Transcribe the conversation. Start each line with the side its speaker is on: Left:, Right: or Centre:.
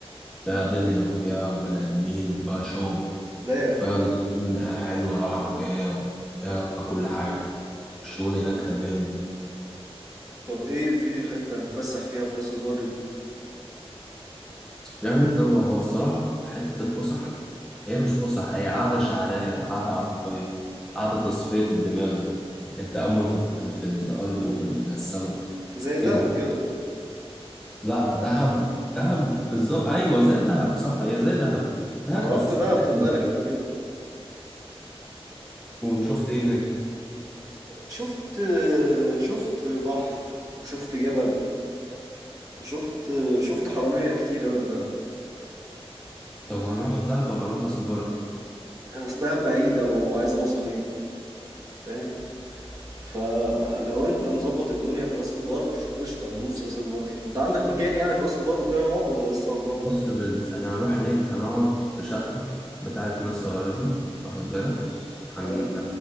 Centre: فيها دنيا وفيها بني ادمين وفيها شغل
Right: لا يا
Centre: وفيها
Right: اخي
Centre: نظام حلو راحه وجايه وفيها كل حاجه الشغل هناك تمام
Right: طب ايه في حتة نتفسح فيها في راس البر دي
Centre: يعني انت هو هو الصراحة حتة الفسح هي مش فسح هي قعدة شعرية قعدة عاطفية قعدة تصفية الدماغ التأمل في, في الأرض وفي السماء
Right: زي
Centre: كده
Right: دهب كده
Centre: لا دهب دهب بالظبط أيوة زي دهب صح هي زي دهب دهب
Right: انا
Centre: بس
Right: رحت دهب
Centre: بتاكل.
Right: خد بالك قبل كده
Centre: وشفت إيه هناك
Right: شفت شفت بحر وشفت جبل وشفت شفت حرامية كتير أوي في دهب
Centre: طب هنروح دهب ولا نروح راس البر
Right: يعني أصل دهب بعيدة وعايزة مصاريف فاهم فلو أنت مظبط الدنيا في راس البر قشطة ندوس راس البر أنت عندك مكان يعني في راس البر وكده نقعد ولا لسه هتدور
Centre: بص يا برنس احنا هنروح هناك هنقعد في شقة بتاعت ناس قرايبنا واخد بالك هن...
Right: حلو